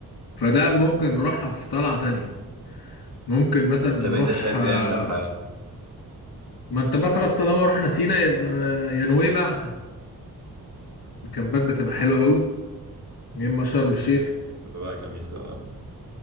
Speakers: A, on the left (about 80°); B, on the right (about 50°).
A: فده ممكن نروحها في طلعة تانية ممكن مثلا نروح
B: طب أنت شايف
A: آه،
B: إيه أنسب حاجة؟
A: ما انت بقى خلاص طالما رحنا سينا يبقى يا نويبع الكامبات بتبقى حلوة قوي يا اما شرم الشيخ
B: بقى جميل أه